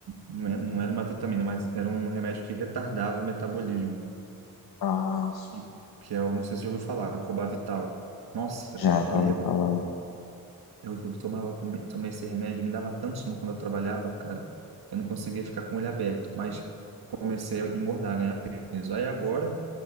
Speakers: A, on the right (about 80°); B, on the left (about 85°).
A: não é- não era uma vitamina, mas era um remédio que retardava o metabolismo.
B: Ah,
A: Que que é o, não sei se você já ouviu falar, Cobavital. Nossa,
B: já, já
A: ele
B: ouvi falar.
A: Eu tomava, come- tomei esse remédio, me dava tanto sono quando eu trabalhava, cara. Eu não conseguia ficar com ele aberto, mas comecei a engordar, ganhar peso. Aí agora